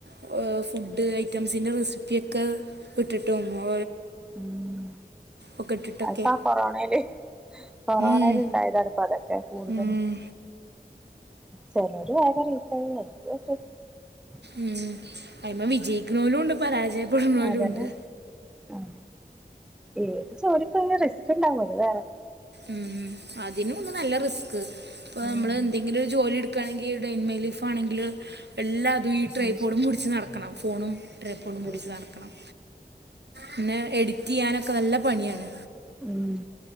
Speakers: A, on the right; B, in the centre.
A: <unintelligible> ഫുഡ്‌ ഐറ്റംസിന്റെ റെസിപ്പിയക്കെ <unintelligible> ഇട്ടിട്ടും ഒ
B: ഉം
A: ഒക്കെ ഇട്ടിട്ടൊക്കെ
B: അപ്പ കൊറോണൽ കൊറോണൽ
A: ഉം
B: ഇണ്ടായതാണ്പ്പ അതൊക്കെ കൂടുതലും
A: ഉം
B: ചിലരു <unintelligible>
A: ഉം ആയിമ <unintelligible> ജയിക്കുന്നോലുണ്ട് പരാജയപ്പെടുന്നവരുണ്ട്
B: അതന്നെ ആഹ് ഏത് ജോലിക്കും അതിന്റെ റിസ്ക് ഇണ്ടാവുല്ലോ വേറെ
A: ഉം അതിനും ഒന്ന് നല്ല റിസ് ക്ക് ഇപ്പ
B: ഉം
A: നമ്മള് എന്തെങ്കിലും ഒരു ജോലി എടു ക്കണമെകില്ലേ ഡേ മൈ ലൈഫ് ഇപ്പോ ആണെങ്കില് എല്ലാ അതും ഈ
B: അത്
A: ട്രേ പോഡും പിടിച്ച് നടക്കണം ഫോണും ട്രേ പോഡും
B: ശരി
A: പിടിച്ച് നടക്കണം പിന്നെ എഡിറ്റ് ചെയ്യാനൊക്കെ നല്ല പണിയാണ്
B: ഉം